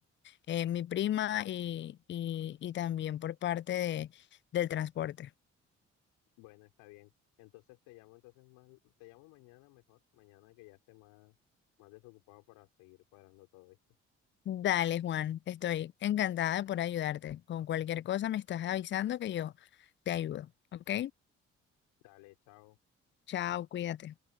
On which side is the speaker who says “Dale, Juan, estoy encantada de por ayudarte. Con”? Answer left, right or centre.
Left